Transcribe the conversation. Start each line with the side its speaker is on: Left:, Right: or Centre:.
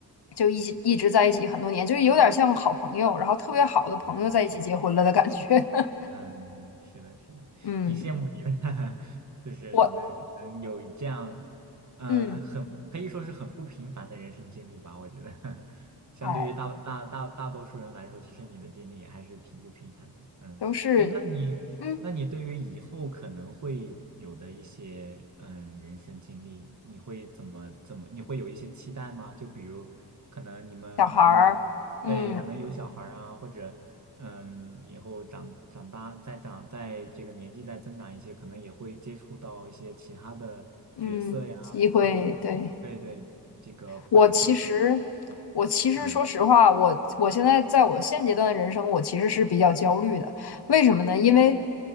Left: 就一起一直在一起很多年，就是有点像好朋友，然后特别好的朋友在一起结婚了的感觉。
Right: 啊，
Left: <laughs>
Right: 嗯，是的，是的，
Left: 嗯，
Right: 挺羡慕你的，<laughs> 就是能能有这样，
Left: 我
Right: 嗯，
Left: 嗯，
Right: 很可以说是很不平凡的人生经历吧，我觉得，<laughs> 相对于大大大大多数人来说，
Left: 哎，
Right: 其实你的经历还是挺不平凡的。嗯，
Left: 都是
Right: 哎，那你那你对于以后可能会有的一些嗯人生经历，
Left: 嗯
Right: 你会怎么怎么，你会有一些期待吗？就比如可能你们你跟你。
Left: 小孩儿，嗯
Right: 对，可能有小孩儿啊，或者嗯，以后长长大再长，在这个年纪再增长一些，可能也会接触到一些其他的角色呀，
Left: 嗯，机会对。
Right: 包括对对，这个不管是工作呀，
Left: 我其实，我其实说实话，
Right: 嗯
Left: 我我现在在我现阶段的人生，我其实是比较焦虑的。为什么呢？因为